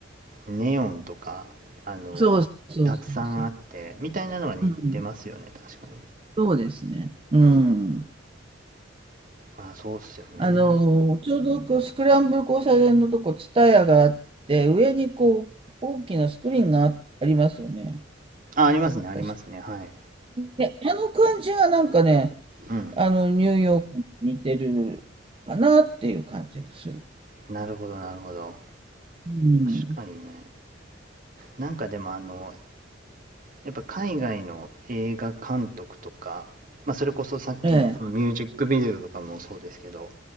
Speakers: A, on the right; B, on the right.
A: ネオンとか、あの、
B: そうそうそうそう。
A: たくさんあって、みたいなのは似てますよね、
B: うん。
A: 確かに。
B: そうですね。うん。
A: うん。まあそうっすよね。
B: あの、ちょうどこうスクランブル交差点のとこ、ツタヤがあって、上にこう、大きなスクリーンがあ、ありますよね。
A: あ、ありますね、ありますね。
B: 確か。
A: はい。
B: ね、あの感じがなんかね、
A: うん。
B: あの、ニューヨークに似てるかなっていう感じがする。
A: なるほど、なるほど。
B: うん。
A: 確かにね。なんかでもあの、やっぱ海外の映画監督とか、まあ、それこそさっきのそのミュージックビデオとかもそうですけど、
B: ええ、